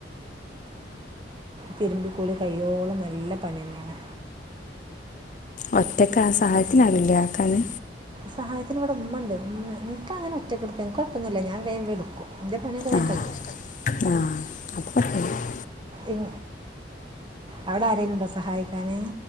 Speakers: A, on the right; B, on the left.
A: തിരുമ്പിക്കൂളി കയ്യോളം നല്ല പണിയന്നെണ്
B: ഒറ്റക്കാ ആ സഹായത്തിനാരൂല്ല ആക്കാന്
A: സഹായത്തിന് ഇവടെ ഉമ്മ ണ്ട്. ഉമ്മ ഇൻക്കങ്ങനെ ഒറ്റക്കെടുത്താ ഇൻക്ക് കൊയ്പ്പൊന്നുല്ല ഞാൻ വേം വേം ഇട്ക്കും ഇന്റെ പണിയൊക്കെ വേം
B: ആഹ്
A: കയ്യും
B: ആഹ് അപ്പൊ കൊറേ ആയി
A: ഉം അവിടെ ആരെലും ഉണ്ടോ സഹായിക്കാന്